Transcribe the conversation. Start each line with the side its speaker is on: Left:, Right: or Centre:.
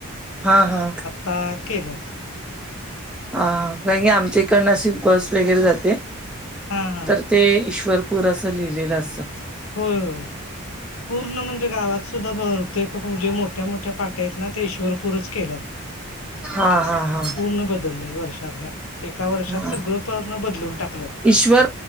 Centre: हा हा
Left: ता केल्यात
Centre: ह कारण की आमच्या इकडनं अशी बस वगैरे जाते
Left: हा हा
Centre: तर ते ईश्वरपूर असं लिहिलेलं असतं
Left: होय होय पूर्ण म्हणजे गावात सुद्धा बहुतेक म्हणजे मोठ्या मोठ्या पाट्या आहेत ना ते ईश्वरपूरच केल्यात
Centre: हा
Left: असं
Centre: हा हा
Left: पूर्ण बदललंय वर्षात ह्या एका वर्षात
Centre: हा
Left: सगळं पूर्ण बदलून टाकल्यात
Centre: ईश्वर